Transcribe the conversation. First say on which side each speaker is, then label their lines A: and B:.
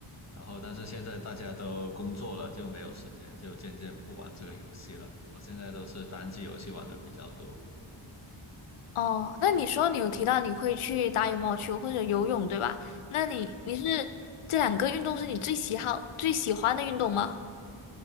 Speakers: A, on the left; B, on the left.
A: 然后但是现在大家都工作了，就没有时间，就渐渐不玩这个游戏了。我现在都是单机游戏玩的比较多。
B: 哦，那你说你有提到你会去打羽毛球或者游泳，对吧？那你你是这两个运动是你最喜好最喜欢的运动吗？
A: 对。